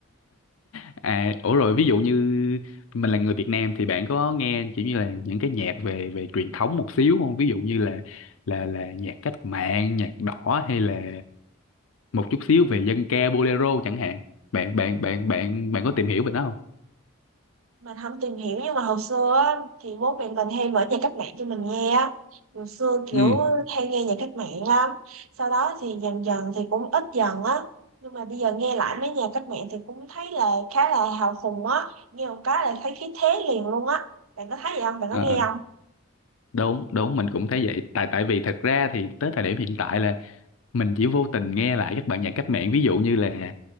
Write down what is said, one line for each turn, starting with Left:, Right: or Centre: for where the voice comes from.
Left: à ủa rồi ví dụ như mình là người Việt Nam thì bạn có nghe kiểu như là những cái nhạc về về truyền thống một xíu không ví dụ như là là là nhạc cách mạng nhạc đỏ hay là một chút xíu về dân ca bolero chẳng hạn bạn bạn bạn bạn bạn có tìm hiểu về nó không
Right: mình không tìm hiểu nhưng mà hồi xưa á, thì bố mẹ mình hay mở nhạc cách mạng cho mình nghe á hồi xưa kiểu
Left: ừ
Right: hay nghe nhạc cách mạng lắm sau đó thì dần dần thì cũng ít dần á nhưng mà bây giờ nghe lại mấy nhạc cách mạng thì cũng thấy là khá là hào hùng á nghe một cái là thấy khí thế liền luôn á bạn có thấy vậy không bạn
Left: ờ,
Right: có nghe
Left: ờ,
Right: không
Left: đúng đúng mình cũng thấy vậy tại tại vì thật ra thì tới thời điểm hiện tại là mình chỉ vô tình nghe lại các bạn nhạc cách mạng ví dụ như là